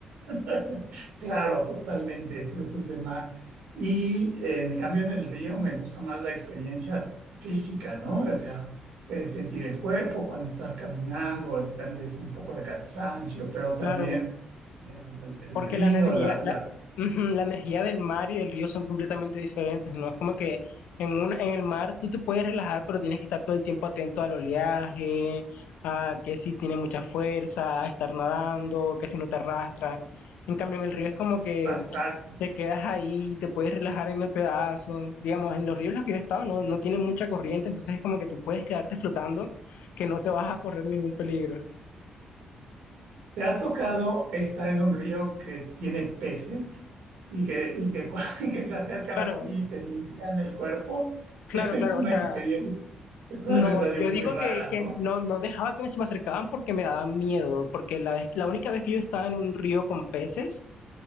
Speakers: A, on the right; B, on the left.
A: <laughs> Claro, totalmente, frutos de mar. Y eh, en cambio en el río me gusta más la experiencia física, ¿no? O sea, eh, sentir el cuerpo cuando estás caminando, el- tal vez un poco de cansancio, pero también
B: Claro.
A: el, el
B: Porque
A: río,
B: la energía,
A: la,
B: la, ujú, la energía del mar y del río son completamente diferentes, ¿no? Es como que en una, en el mar tú te puedes relajar, pero tienes que estar todo el tiempo atento al oleaje, a que si tiene mucha fuerza, a estar nadando, que si no te arrastra. En cambio, en el río es como que
A: la,
B: te quedas ahí, te puedes relajar en el pedazo. Digamos, en los ríos en los que yo he estado no, no tienen mucha corriente, entonces es como que tú puedes quedarte flotando, que no te vas a correr ningún peligro.
A: ¿Te ha tocado estar en un río que tiene peces y que, y que, cu- <laughs> y que se acercan
B: Claro,
A: a ti y te limpian el cuerpo?
B: claro,
A: <laughs> Es
B: claro.
A: una
B: O sea,
A: experiencia, es una
B: No,
A: sensación
B: yo digo
A: muy rara,
B: que, que
A: ¿no?
B: no, no dejaba que se me acercaban porque me daban miedo, porque la vez, la única vez que yo estaba en un río con peces